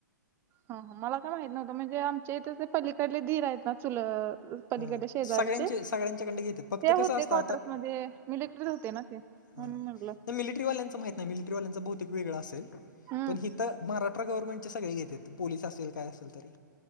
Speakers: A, on the right; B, on the left.
A: ह मला काय माहित नव्हतं म्हणजे आमचे इथ ते पलीकडले दीर आहेत ना चुलत पलीकडे
B: हां
A: शेजारचे
B: सगळ्यांचे सगळ्यांच्याकडं घेतात फक्त
A: ते होते
B: कसं असतं
A: क्वार्टर मध्ये मिलटरीत होते ना ते म्हणून
B: हा नाही
A: म्हटलं.
B: मिलिटरीवाल्यांच माहित नाही मिलिटरीवाल्यांच बहुतेक वेगळं असेल
A: हम्म
B: पण हि तर महाराष्ट्र गवर्नमेंट चे सगळे घेतात पोलीस असेल काय असेल तरी